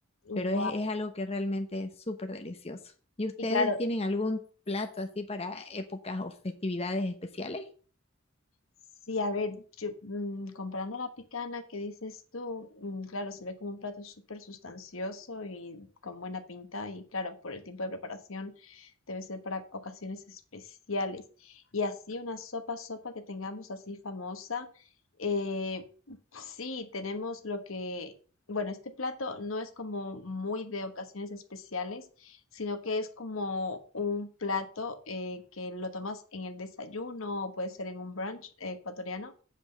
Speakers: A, on the left; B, on the left.
A: Guau.
B: pero es, es algo que realmente es súper delicioso. ¿Y ustedes
A: Y claro,
B: tienen algún plato así para épocas o festividades especiales?
A: Sí, a ver, yo, mm, comparando la picana que dices tú, mm, claro, se ve como un plato súper sustancioso y con buena pinta y claro, por el tiempo de preparación debe ser para ocasiones especiales. Y así una sopa, sopa que tengamos así famosa, eh, sí, tenemos lo que, bueno, este plato no es como muy de ocasiones especiales sino que es como un plato eh, que lo tomas en el desayuno o puede ser en un brunch eh, ecuatoriano